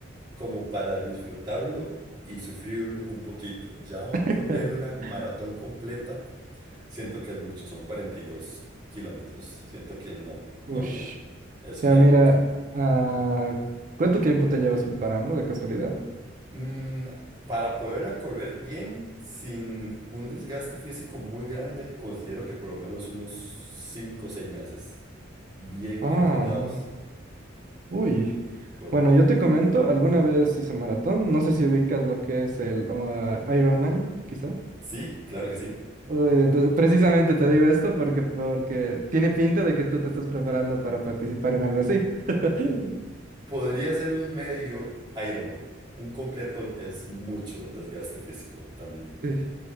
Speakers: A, on the right; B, on the right.
A: como para disfrutarlo y sufrirlo un poquito. Ya
B: <laughs>
A: correr una maratón completa, siento que es mucho, son 42 kilómetros. Siento que no,
B: Ush.
A: no, no, eso
B: Ya
A: ya
B: mira,
A: no.
B: ah, ¿cuánto tiempo te llevas preparando de casualidad?
A: Mm, para poderla correr bien, sin un desgaste físico muy grande, considero que por lo menos unos 5 o 6 meses, bien
B: Ah,
A: entrenados.
B: va. Uy.
A: Bueno,
B: Bueno, yo te comento, alguna vez hice maratón. No sé si ubicas lo que es el Ironman, Ironman, quizá.
A: sí, claro que sí.
B: Uy, entonces, precisamente te digo esto porque, porque tiene pinta de que tú te estás preparando para participar en algo así. <laughs>
A: Podría ser un medio Ironman. Un completo es mucho desgaste físico también.
B: Sí.